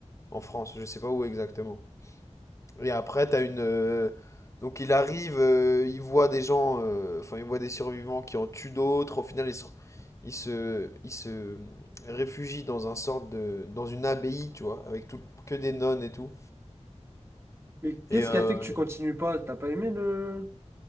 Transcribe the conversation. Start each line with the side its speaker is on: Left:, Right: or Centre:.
Left: en France. Je sais pas où exactement. Et après, t'as une. euh, donc il arrive, euh, il voit des gens, euh, enfin il voit des survivants qui en tuent d'autres. Au final, il se, il se, il se réfugie dans un sorte de, dans une abbaye, tu vois, avec tout, que des nonnes et tout.
Right: Mais qu'est-ce
Left: Et euh,
Right: qui a fait que tu continues pas? T'as pas aimé le.